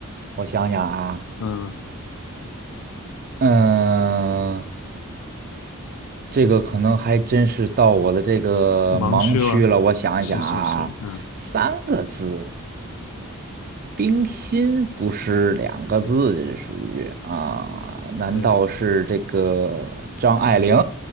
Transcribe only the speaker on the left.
嗯，
盲区了，
是是是，嗯，
对，